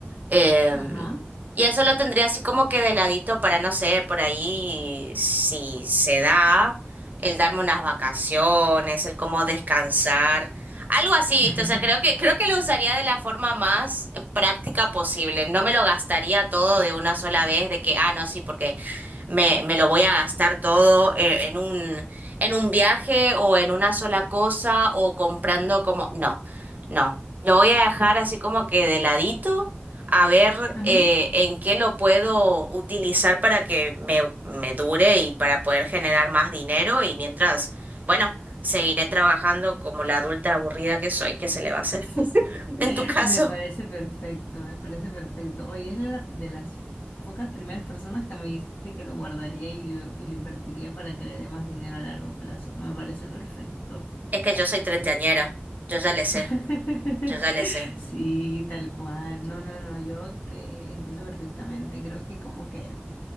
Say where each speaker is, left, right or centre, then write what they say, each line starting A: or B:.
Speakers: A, on the right (about 45°); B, on the left (about 85°).
A: Em,
B: Ajá.
A: y eso lo tendría así como que de ladito para, no sé, por ahí si se da, el darme unas vacaciones, el cómo descansar, algo así,
B: <laughs>
A: ¿viste? O sea, creo que, creo que lo usaría de la forma más eh, práctica posible. No me lo gastaría todo de una sola vez, de que, ah, no, sí, porque me, me lo voy a gastar todo eh, en un, en un viaje o en una sola cosa o comprando como... No, no. Lo voy a dejar así como que de ladito a ver
B: Ajá.
A: eh, en qué lo puedo utilizar para que me, me dure y para poder generar más dinero y mientras, bueno, seguiré trabajando como la adulta aburrida que soy, ¿qué se le va a hacer?
B: <laughs>
A: <laughs> En tu caso,
B: Me parece perfecto, me parece perfecto. Oye, es la- de las pocas primeras personas que me dice que lo guardaría y lo, y lo invertiría para que le dé más dinero a largo plazo. Me parece perfecto.
A: es que yo soy treintañera, yo ya le sé,
B: <laughs>
A: yo ya le sé.
B: Sí, tal cual. No, no, no, yo te entiendo perfectamente. Creo que como que,